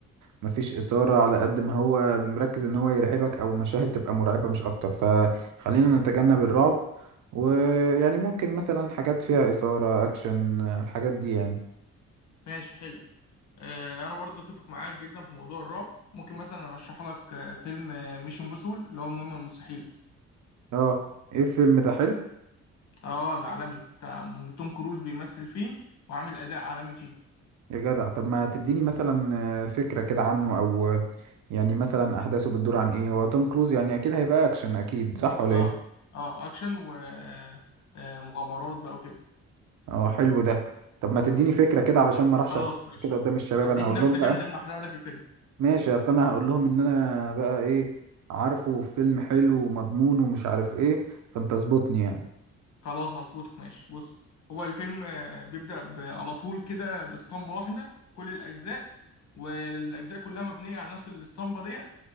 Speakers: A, on the right; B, on the left.
A: ما فيش إثارة على قد ما هو مركز ان هو يرعبك او مشاهد تبقى مرعبة مش اكتر فخلينا نتجنب الرعب ويعني ممكن مثلا حاجات فيها إثارة اكشن الحاجات دي يعني
B: ماشي حلو آه، انا برضه اتفق معاك جدا في موضوع الرعب ممكن مثلا ارشح لك آه، فيلم آه، ميشن امبوسول اللي هو المهمه المستحيله
A: اه ايه الفيلم ده حلو
B: اه ده عالمي بتاع توم كروز بيمثل فيه وعامل اداء عالمي فيه
A: يا جدع طب ما تديني مثلا آه، فكرة كده عنه او آه، يعني مثلا احداثه بتدور عن ايه هو توم كروز يعني اكيد هيبقى اكشن اكيد صح ولا
B: اه
A: ايه
B: اه اكشن و آه، مغامرات بقى وكده
A: اه حلو ده طب ما تديني فكرة كده علشان ما اروحش
B: خلاص
A: أتكلم
B: ماشي
A: كده قدام الشباب
B: هديك
A: انا هقول
B: نبذه
A: لهم بقى
B: كده من غير ما احرق لك الفيلم
A: ماشي اصل انا هقول لهم ان انا بقى ايه عارفه فيلم حلو ومضمون ومش عارف ايه فانت اظبطني يعني
B: خلاص هظبطك ماشي بص هو الفيلم آه، بيبدأ ب- على طول كده باسطمبة واحدة كل الأجزاء والأجزاء كلها مبنية على نفس الاسطمبة ديت